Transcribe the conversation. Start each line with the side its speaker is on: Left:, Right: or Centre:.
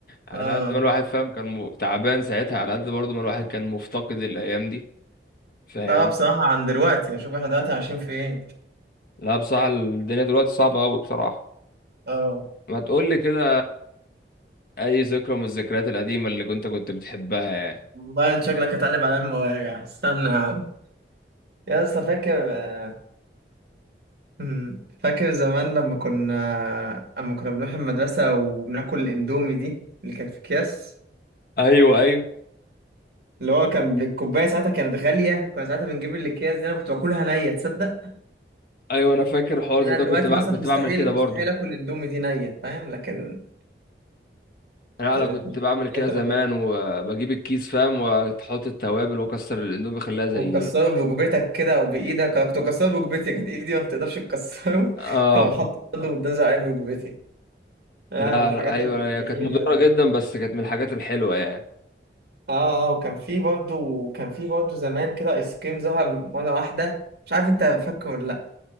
Left: على
Right: اه
Left: قد ما الواحد فاهم كان م- تعبان ساعتها على قد برضه ما الواحد كان مفتقد الايام دي فاهم
Right: لا بصراحه عن دلوقتي اشوف احنا دلوقتي عايشين فين
Left: لا بصراحة الدنيا دلوقتي صعبة قوي بصراحة
Right: اه
Left: ما تقول لي كده اي ذكرى من الذكريات القديمه اللي كنت كنت بتحبها يعني
Right: والله انت شكلك هتقلب على المواجع استنى يا عم يا اسطى فاكر آه، مم، فاكر زمان لما كنا لما كنا بنروح المدرسه وبناكل الاندومي دي اللي كانت في اكياس
Left: ايوه ايوه
Right: اللي هو كان الكوبايه ساعتها كانت غاليه وكنا ساعتها بنجيب الاكياس دي انا كنت باكلها نيه تصدق
Left: ايوه انا فاكر الحوار
Right: إن
Left: زي
Right: انا
Left: ده
Right: دلوقتي
Left: كنت بع...
Right: مثلا
Left: كنت
Right: مستحيل
Left: بعمل كده برضو
Right: مستحيل اكل الاندومي دي نيه فاهم لكن
Left: لا
Right: كانت
Left: انا كنت
Right: من
Left: بعمل كده
Right: الحاجات
Left: زمان
Right: الغريبة
Left: وبجيب الكيس فاهم واحط التوابل واكسر الاندومي اخليها زي
Right: وتكسره
Left: ال-
Right: بركبتك كده او بايدك انا كنت بكسره بركبتي كانت ايدي ما بتقدرش تكسره
Left: اه
Right: <laughs> فقوم حاطط قدم وتنزل عليه بركبتي آه
Left: لا
Right: من الحاجات
Left: لا، ايوه هي
Right: الجميله
Left: كانت مضره
Right: قوي
Left: جدا بس كانت من الحاجات الحلوه يعني
Right: اه اه وكان في برضه كان في برضه زمان كده ايس كريم ظهر مره واحده مش عارف انت فاكره ولا لا